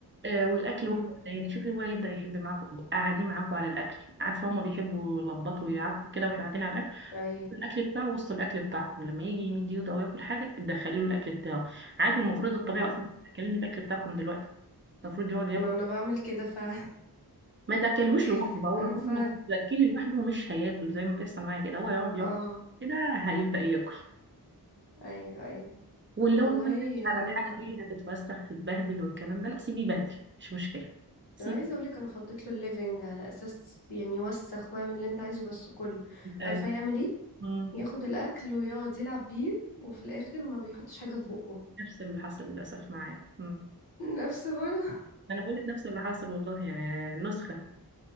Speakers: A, on the right (about 30°); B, on the left (about 75°).
A: آه، والاكل
B: امم
A: واحد يعني شوفي هو يبدا يحب معاكم قاعدين معاكم على الاكل عارفه هما بيحبوا يلخبطوا ويعكوا كده واحنا قاعدين على الاكل
B: ايوه
A: الاكل بتاعه وسط الاكل بتاعكم لما يجي يمد ايده او ياكل حاجه تدخلي له الاكل بتاعه عادي المفروض الطبيعه
B: امم
A: اصلا تاكلني الاكل بتاعكم دلوقتي المفروض يقعد ياكل
B: ما انا بعمل كده فعلا
A: ما تاكلهوش لوحده
B: <laughs>
A: بقى هو
B: انا
A: طول
B: فعلا
A: ما تاكلي لوحده مش هياكل زي ما بيحصل معايا كده هو يقعد ياكل
B: اه
A: كده هيبدا ياكل
B: ايوه ايوه
A: واللي
B: والله
A: هو ما تخافيش على الحاجه
B: انا
A: دي هتتوسخ تتبهدل والكلام ده لا سيبيه يبهدل مش مشكله سيبيه
B: انا عايزه اقول لك انا فضيت له الليفنج على اساس يعني يوسخ ويعمل اللي انت عايزه بس كله
A: أيوة.
B: عارفه يعمل ايه
A: مم.
B: ياخد الاكل ويقعد يلعب بيه وفي الاخر ما بيحطش حاجه في بقه
A: نفس اللي حصل للأسف معايا مم.
B: نفس برضه
A: أنا بقول لك نفس اللي حصل والله يعني نسخة